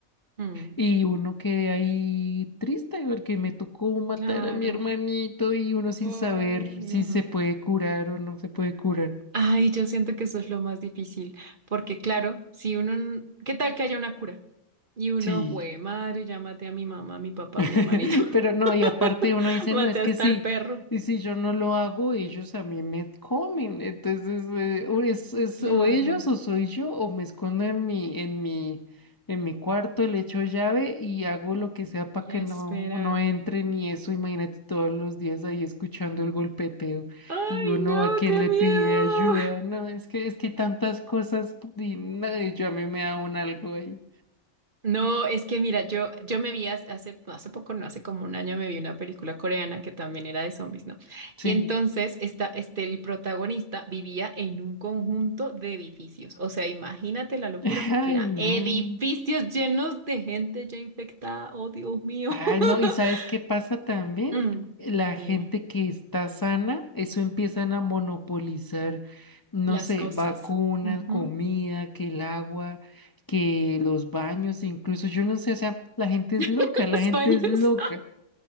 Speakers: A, on the right; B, on the left.
A: Mm,
B: y uno quede ahí triste porque me tocó matar
A: claro.
B: a mi hermanito y uno sin
A: Ay,
B: saber
A: no.
B: si se puede curar o no se puede curar.
A: Ay, yo siento que eso es lo más difícil, porque claro, si uno, n- ¿qué tal que haya una cura? Y uno,
B: Sí.
A: jue madre, ya maté a mi mamá, a mi papá,
B: <laughs>
A: a mi hermanito, <laughs>
B: Pero no, y aparte uno dice,
A: maté
B: no, es que
A: hasta
B: sí,
A: al perro.
B: y si yo no lo hago, ellos a mí me comen. Entonces, eh, o es, es
A: Claro,
B: o ellos o soy yo, o me escondo en mi, en mi, en mi cuarto, le echo llave y hago lo que sea para
A: ya
B: que no,
A: espera.
B: no entren y eso, imagínate todos los días ahí escuchando el golpeteo
A: Ay,
B: y uno
A: no,
B: a quien
A: qué
B: le
A: miedo.
B: pide ayuda. No, es que, es que tantas cosas y no, yo a mí me da un algo ahí.
A: No, es que mira, yo, yo me vi hace, hace hace poco, no hace como un año, me vi una película coreana que también era de zombies, ¿no?
B: Sí.
A: Y entonces esta, este, el protagonista vivía en un conjunto de edificios. O sea, imagínate la locura
B: <laughs>
A: porque
B: Ay,
A: era
B: no.
A: edificios llenos de gente ya infectada. Oh, Dios mío.
B: Ay,
A: <laughs>
B: no, ¿y sabes qué pasa también?
A: Mm,
B: La
A: dime,
B: gente que está sana, eso empiezan a monopolizar, no
A: las
B: sé,
A: cosas.
B: vacunas,
A: Ujú.
B: comida, que el agua, que los baños, incluso yo no sé, o sea, la gente es loca,
A: <laughs>
B: la
A: Los
B: gente
A: baños.
B: es loca.